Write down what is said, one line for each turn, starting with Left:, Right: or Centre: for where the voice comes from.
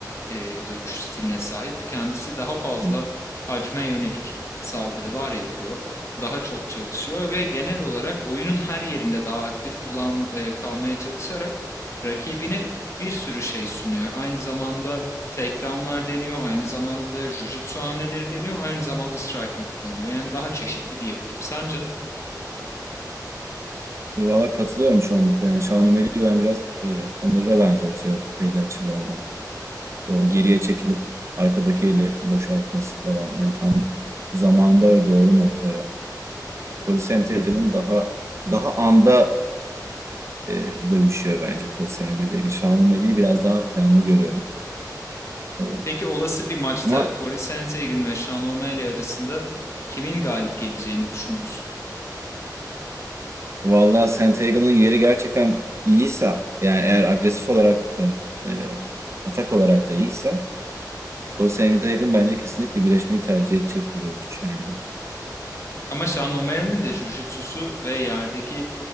Left: e, dövüş stiline sahip. Kendisi daha fazla
Right: hı.
Left: hacme yönelik saldırılar yapıyor. Daha çok çalışıyor ve genel olarak oyunun her yerinde daha aktif kullan, e, kalmaya çalışarak rakibine bir sürü şey sunuyor. Aynı zamanda takedownlar deniyor, aynı zamanda jiu-jitsu hamleleri deniyor, aynı zamanda striking kullanılıyor. Yani daha çeşitli diyebilirim. Sence?
Right: E, Valla katılıyorum çoğunlukla. Yani Şahnameli'yi ben biraz e, Kanır'a benzetiyorum belli açılardan. O geriye çekilip arkadaki eli boşaltması falan. Hani tam zamanda ve doğru noktaya. Korusem Tergan'ın daha daha anda e, dövüşüyor bence Korusem Tergan. Şahnameli'yi biraz daha planlı görüyorum. E,
Left: Peki olası bir maçta
Right: ama
Left: Corey Sandhagen ve Sean O'Malley arasında kimin galip geleceğini düşünüyorsun?
Right: valla Sentegan'ın yeri gerçekten iyiyse yani eğer agresif olarak da e, atak olarak da iyiyse Korsen Yatay'ın bence kesinlikle güreşmeyi tercih edecek bir dövüşçü yani.
Left: Ama Sean O'Malley'nin de jujitsusu ve yerdeki